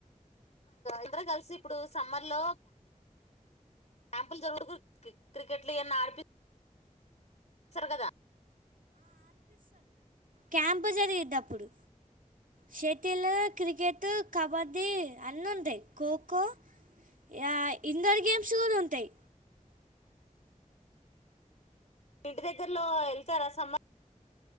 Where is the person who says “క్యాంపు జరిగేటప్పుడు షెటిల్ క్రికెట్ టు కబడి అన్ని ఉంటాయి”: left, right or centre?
Right